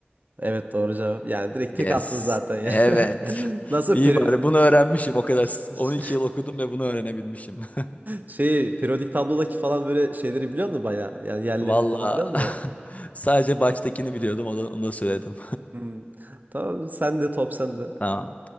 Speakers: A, on the right; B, on the left.
A: Evet doğru cevap. Yani direkt
B: Yes.
A: tek attın zaten ya
B: Evet.
A: <laughs>
B: <laughs>
A: Nasıl
B: İyi
A: peri-
B: bari bunu öğrenmişim o
A: <laughs>
B: kadar. 12 yıl okudum ve bunu öğrenebilmişim. <laughs>
A: şey periyodik tablodaki falan böyle şeyleri biliyor musun baya? Yani yerlerini
B: Valla
A: falan biliyor musun?
B: <laughs> sadece baştakini biliyordum onu, onu da söyledim.
A: Hmm. Tamam sen de top sende.
B: Tamam.